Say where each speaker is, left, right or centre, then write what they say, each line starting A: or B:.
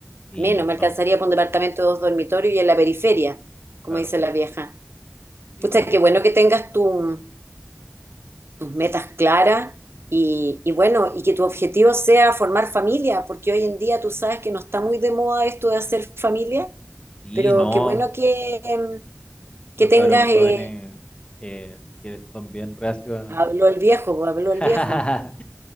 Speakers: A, on the left; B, on the right.
A: Y
B: Menos, me
A: no,
B: alcanzaría para un departamento de dos dormitorios y en la periferia, como
A: claro,
B: dice la vieja.
A: sí,
B: Pucha,
A: pues.
B: qué bueno que tengas tu- tus metas claras y, y bueno, y que tu objetivo sea formar familia, porque hoy en día tú sabes que no está muy de moda esto de hacer familia,
A: Sí,
B: pero
A: no,
B: qué bueno que, em, que
A: los
B: tengas,
A: cabros
B: eh,
A: jóvenes eh, que son bien reacios
B: habló
A: a-
B: el viejo, pues, habló
A: a- <laughs>
B: el viejo.